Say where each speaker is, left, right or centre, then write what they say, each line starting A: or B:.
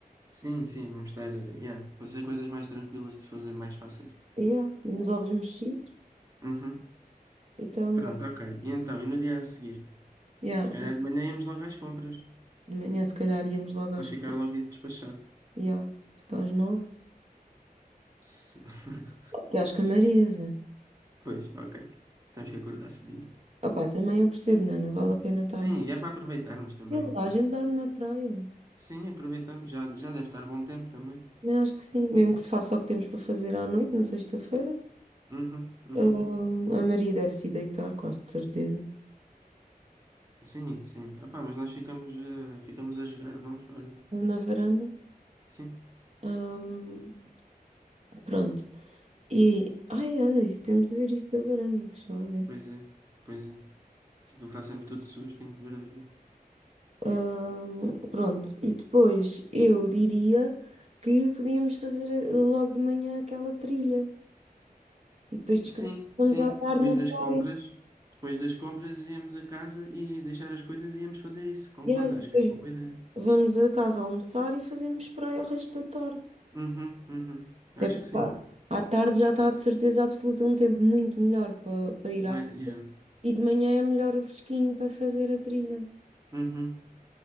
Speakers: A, on the right; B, on the right.
A: Sim, sim, vamos estar, eh, yeah, para ser coisas mais tranquilas de fazer, mais fáceis.
B: Yeah, uns ovos mexidos
A: Uhum.
B: e está a andar.
A: Pronto, ok. E então, e no dia a seguir?
B: Yeah,
A: Se calhar de manhã íamos logo às compras,
B: de manhã se calhar íamos logo às,
A: para ficar logo isso despachado.
B: yeah, tipo às nove
A: Se- <laughs>
B: E às Camarias, é.
A: Pois, ok. Temos que acordar cedinho.
B: Opá, também eu percebo, né? Não vale a pena estar-me.
A: Sim, e é para aproveitarmos também.
B: Não A gente dorme na praia.
A: Sim, aproveitamos. Já, já deve estar bom tempo também.
B: Mas acho que sim, mesmo que se faça o que temos para fazer à noite, na sexta-feira.
A: Uhum, uhum.
B: Ahm, a Maria deve se ir deitar, quase de certeza,
A: Sim, sim. Ah, pá, mas nós ficamos, eh, ficamos a jogar, nós, olha.
B: na varanda.
A: Sim,
B: Ahm, pronto. E, ai, olha isso, temos de ver isso da varanda, deixa lá ver.
A: pois é, pois é. que aquilo está sempre tudo sujo, tenho que ver daquilo.
B: Ahm, pronto, e depois eu diria que podíamos fazer eh, logo de manhã aquela trilha e depois descansamos
A: Sim, sim.
B: à tarde
A: Depois
B: na
A: das
B: praia.
A: compras, depois das compras íamos a casa e deixar as coisas e íamos fazer isso. Concordo,
B: Yeah, E
A: acho
B: depois
A: que é uma boa ideia.
B: Vamos a casa almoçar e fazemos praia o resto da tarde.
A: Uhum, uhum. Acho
B: Até porque
A: que sim.
B: pá, à tarde já está de certeza absoluta um tempo muito melhor para, para ir
A: Mas,
B: à praia.
A: yeah.
B: E de manhã é melhor o fresquinho para fazer a trilha.
A: Uhum.